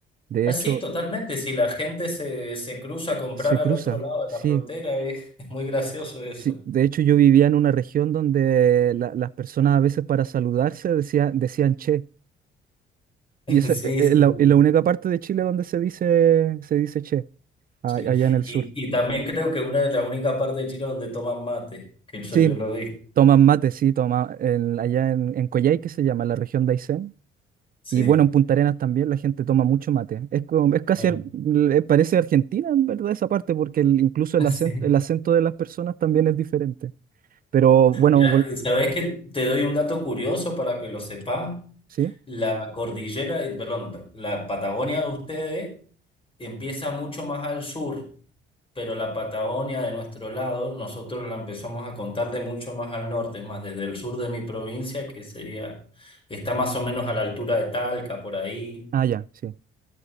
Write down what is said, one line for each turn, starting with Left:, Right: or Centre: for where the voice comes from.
Right: De
Left: Ah,
Right: hecho,
Left: sí, totalmente. Si la gente se, se cruza a comprar
Right: se
Left: al
Right: cruza,
Left: otro lado de
Right: sí,
Left: la frontera, es, es muy gracioso eso.
Right: sí. De hecho, yo vivía en una región donde la- las personas a veces para saludarse decían, decían che. Y
Left: <laughs>
Right: esa
Left: Sí,
Right: e- e-
Left: sí.
Right: es la, es la única parte de Chile donde se dice, se dice che, a-
Left: sí.
Right: allá en el
Left: Y,
Right: sur.
Left: y también creo que una de las únicas partes de China donde toman mate, que eso
Right: Sí,
Left: yo lo vi.
Right: toman mate, sí, toma, en- allá en, en Coyhaique se llama, la región de Aysén.
Left: Sí,
Right: Y bueno, en Punta Arenas también la gente toma mucho mate. Es, como- es casi,
Left: claro.
Right: ar- le- parece Argentina en verdad esa parte, porque el- incluso
Left: <laughs>
Right: el acento,
Left: Sí.
Right: el acento de las personas también es diferente. Pero bueno,
Left: Mira,
Right: vol-
Left: ¿sabes que Te doy un dato curioso para que lo sepas.
Right: ¿sí?
Left: La cordillera, eh, perdón, la Patagonia de ustedes empieza mucho más al sur, pero la Patagonia de nuestro lado, nosotros la empezamos a contar de mucho más al norte, es más desde el sur de mi provincia, que sería, está más o menos a la altura de Talca, por ahí.
Right: Ah, ya, sí.